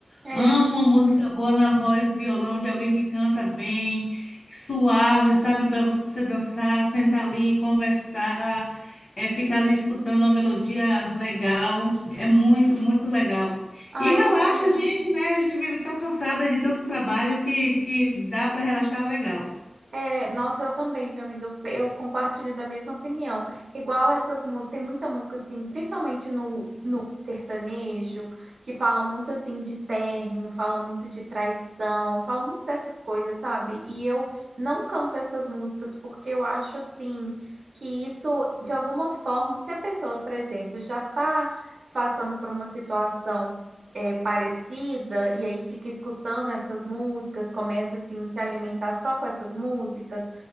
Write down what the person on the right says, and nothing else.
É,
ah
eu também.
É, nossa, eu também, meu amigo, eu eu compartilho da mesma opinião. Igual essas músicas, tem muita música assim, principalmente no, no sertanejo, que fala muito assim de término, fala muito de traição, fala muito dessas coisas, sabe? E eu não canto essas músicas porque eu acho assim que isso, de alguma forma, se a pessoa, por exemplo, já tá passando por uma situação é, parecida e aí fica escutando essas músicas, começa assim a se alimentar só com essas músicas,